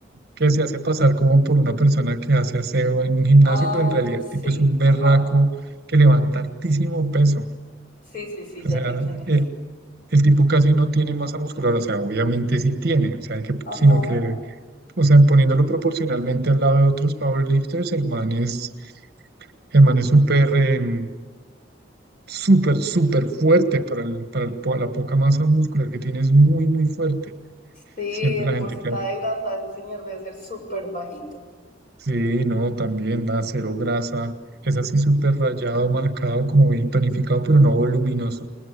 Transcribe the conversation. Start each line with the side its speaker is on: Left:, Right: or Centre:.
Right: que se hace pasar como por una persona que hace aseo en un gimnasio,
Left: Ah,
Right: pero en realidad
Left: sí,
Right: el tipo es un
Left: ajá.
Right: berraco que levanta altísimo peso.
Left: Sí, sí, sí,
Right: O
Left: ya
Right: sea,
Left: sé quién es.
Right: el, el tipo casi no tiene masa muscular, o sea, obviamente sí tiene, o sea, que,
Left: Ajá.
Right: sino que O sea, poniéndolo proporcionalmente al lado de otros powerlifters, el man es, el man es súper, em, súper, súper fuerte para, el- para el po- la poca masa muscular que tiene, es muy, muy fuerte.
Left: Sí,
Right: Siempre
Left: el
Right: la gente
Left: porcentaje
Right: que,
Left: de grasa de ese señor debe ser súper bajito.
Right: sí, no, también da cero grasa, es así súper rayado, marcado, como bien tonificado, pero no voluminoso.